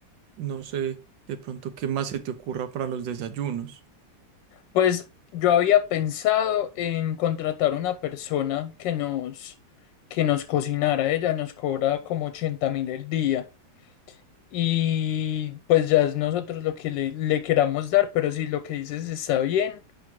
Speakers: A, on the right (about 85°); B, on the left (about 85°).
A: No sé, de pronto qué más se te ocurra para los desayunos.
B: Pues yo había pensado en contratar una persona que nos, que nos cocinara, ella nos cobra como ochenta mil el día. y pues ya es nosotros lo que le, le queramos dar, pero si lo que dices está bien,